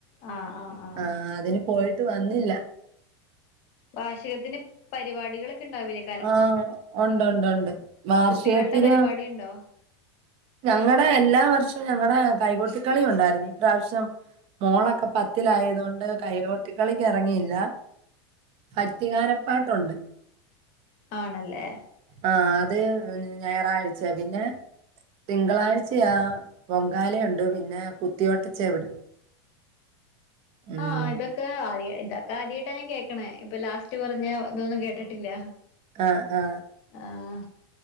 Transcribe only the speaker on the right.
ആ അതിന് പോയിട്ട് വന്നില്ല
ആ ഉണ്ട് ഉണ്ട് ഉണ്ട് വാർഷികത്തിന്
ഞങ്ങടെ എല്ലാ വർഷും ഞങ്ങടെ കൈകൊട്ടി കളിയുണ്ടായിരുന്ന് ഇപ്രാശ്യം മോളക്ക പത്തിലായത് കൊണ്ട് കൈകൊട്ടി കളിക്ക് എറങ്ങിയില്ല ഭക്തി ഗാനപ്പാട്ടുണ്ട്
ആ അത് ഞായറാഴ്ച പിന്നെ തിങ്കളാഴ്ചയാ പൊങ്കാലയുണ്ട് പിന്നെ കുത്തിയോട്ടച്ചവിട് ഉം
അ ആ